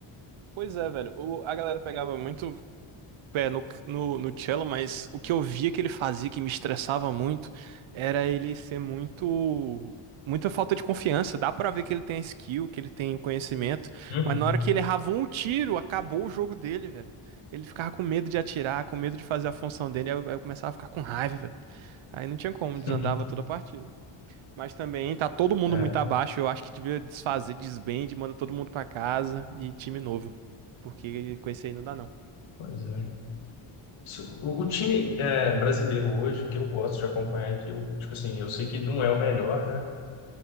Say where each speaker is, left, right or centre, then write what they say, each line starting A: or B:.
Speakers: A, on the right; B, on the left.
A: Pois é, velho. O- a galera pegava muito pé no, no, no Cello, mas o que eu via que ele fazia, que me estressava muito, era ele ser muito. Muita falta de confiança. Dá pra ver que ele tem skill, que ele tem conhecimento,
B: Uhum.
A: mas na hora que ele errava um tiro, acabou o jogo dele, velho. Ele ficava com medo de atirar, com medo de fazer a função dele, aí eu, aí eu começava a ficar com raiva, velho. Aí não tinha como, desandava
B: <laughs>
A: toda a partida. Mas também tá todo mundo
B: É,
A: muito abaixo, eu acho que devia desfazer, desbande, manda todo mundo pra casa e time novo. Porque com esse aí não dá não.
B: pois é. Isso- O, o time é, brasileiro hoje, que eu gosto de acompanhar, que eu, tipo assim, eu sei que não é o melhor, né?